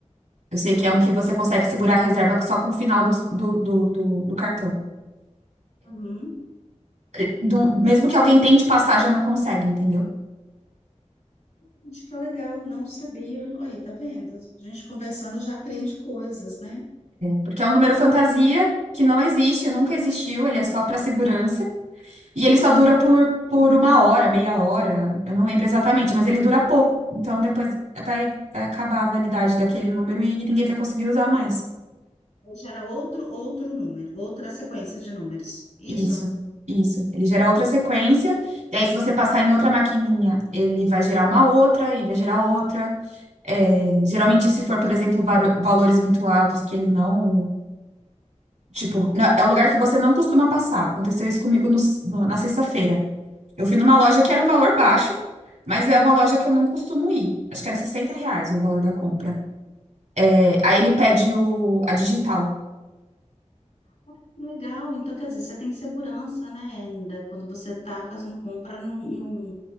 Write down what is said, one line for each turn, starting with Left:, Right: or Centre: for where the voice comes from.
Right: Eu sei
Left: sim.
Right: que é um que você consegue segurar a reserva só com o final dos- do, do, do, do cartão.
Left: Uhum.
Right: E, do- mesmo que alguém tente passar, já não consegue, entendeu?
Left: Gente, que legal, não sabia. Olha, aí, tá vendo? A gente conversando já aprende coisas, né?
Right: Porque é um número fantasia que não existe, nunca existiu, ele é só para segurança. E ele só dura por,
Left: Uhum.
Right: por uma hora, meia hora, eu não lembro exatamente, mas ele dura pouco. Então depois vai, vai acabar a validade daquele número e ninguém vai conseguir usar mais.
Left: Aí gera outro outro número, outra sequência de números. Isso?
Right: Isso, isso. Ele gera outra sequência, e aí se você passar em outra maquininha, ele vai gerar uma outra e vai gerar outra. É, geralmente, se for, por exemplo, varo- valores muito altos que ele não. Tipo, na- é o lugar que você não costuma passar. Aconteceu isso comigo no- s- no- na sexta-feira. Eu fui numa loja que era um valor baixo, mas é uma loja que eu não costumo ir. Acho que era 60 reais o valor da compra. É, aí ele pede o, a digital.
Left: Olha, que legal. Então, quer dizer, você tem segurança, né, ainda, quando você está fazendo compra num, num-